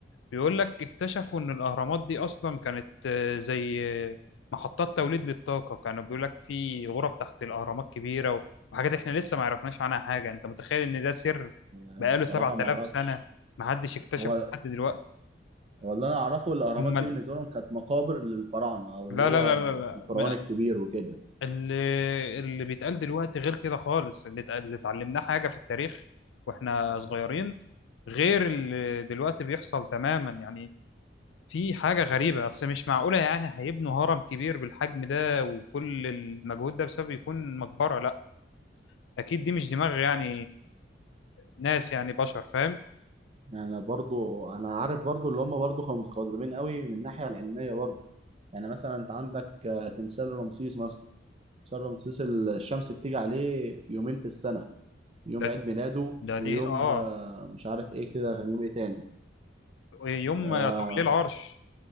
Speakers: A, on the left; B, on the right.
A: بيقول لك اكتشفوا ان الاهرامات دي اصلا كانت آه، زي آه، محطات توليد للطاقه كانوا بيقول لك في غرف تحت الاهرامات كبيره وحاجات احنا لسه ما عرفناش عنها حاجه انت متخيل ان ده سر
B: آه،
A: بقاله
B: صراحه
A: 7000
B: ما اعرفش
A: سنه ما حدش اكتشفه
B: هو
A: لحد دلوقتي
B: هو اللي انا اعرفه الاهرامات
A: هم
B: دي بالنسبه لهم كانت مقابر للفراعنه او
A: لا
B: اللي هو
A: لا لا لا
B: الفرعون
A: لا
B: الكبير وكده
A: اللي اللي بيتقال دلوقتي غير كده خالص اللي اتق- اللي اتعلمناه حاجة في التاريخ واحنا صغيرين غير اللي دلوقتي بيحصل تماما يعني في حاجة غريبة أصل مش معقولة يعني هيبنوا هرم كبير بالحجم ده وكل المجهود ده بسبب يكون مقبرة لا أكيد دي مش دماغ يعني ناس يعني بشر فاهم
B: يعني برضو انا عارف برضو اللي هم برضو كانوا متقدمين قوي من الناحيه العلميه برضو يعني مثلا انت عندك آه، تمثال رمسيس مثلا تمثال رمسيس الشمس بتيجي عليه يومين في السنه يوم
A: ده
B: عيد ميلاده
A: ده
B: ويوم
A: دي اه
B: آه، مش عارف ايه كده كان يوم ايه تاني
A: يوم
B: اه,
A: توليه العرش